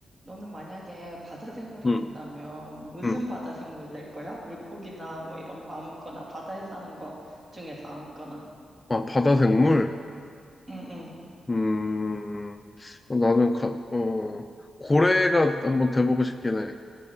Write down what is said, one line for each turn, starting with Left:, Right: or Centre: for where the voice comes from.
Right: 너는 만약에 바다 생물이
Left: 응,
Right: 된다면 무슨
Left: 응.
Right: 바다 생물 낼 거야? 물고기나 뭐 이런 거 아무거나 바다에 사는 거 중에서 아무거나.
Left: 아, 바다 생물?
Right: 응응.
Left: 음, 나는, 가, 어, 고래가 한번 돼보고 싶긴 해.